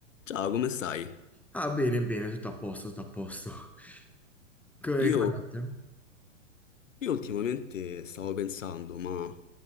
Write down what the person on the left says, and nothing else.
Ciao, come stai?
Io,
io ultimamente stavo pensando, ma